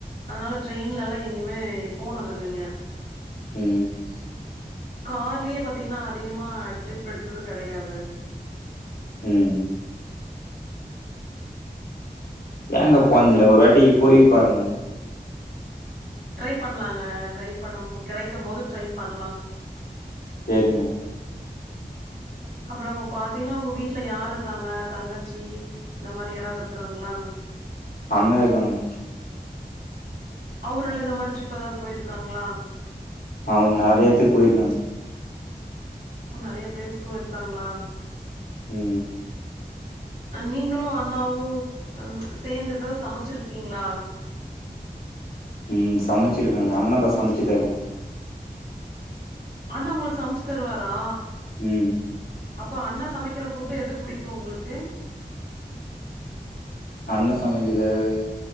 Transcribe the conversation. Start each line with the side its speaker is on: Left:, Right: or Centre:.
Right: அதனால ட்ரெயின்ல எல்லாம் எங்கேயுமே போனது இல்லைங்க
Left: ம்
Right: கார்லயே பாத்தீங்கன்னா அதிகமா ட்ரிப் எடுத்தது கிடையாது
Left: ம் ஏங்க
Right: அ
Left: போனதில்ல ஒரு வாட்டி போயி பாருங்க
Right: ட்ரை பண்ணலாங்க ட்ரை பண்ணு கிடைக்கும் போது ட்ரை பண்லா
Left: சேரிங்க
Right: அப்பறம் அங்க பாத்தீங்கன்னா உங்க வீட்ல யாரு இருக்காங்க தங்கச்சி இந்த மாரி யாராவது இருக்காங்களா
Left: அண்ணே இருக்காங்க
Right: அவுருல்லா இந்த மாறி ட்ரிப் ஏதாவது போயிருக்காங்ளா
Left: அவன் நறியா எடத்துக்கு போயிருக்காங்க
Right: நெறைய பிளேஸ் போய் இருக்காங்ளா
Left: ம்
Right: நீங்களும் அண்ணாவு ம் சேர்ந்து ஏதாவது சமைச்சிருக்கீங்ளா
Left: ம் சமைச்சிருக்கங்க அண்ணதா சமைச்சு தரும்
Right: அண்ணே உங்களுக்கு சமைச்சு தருவாரா
Left: உம்
Right: அப்ப அண்ணே சமைக்கிற ஃபுட் எது புடிக்கும் உங்ளுக்கு
Left: அண்ணே சமைக்கற எதாவது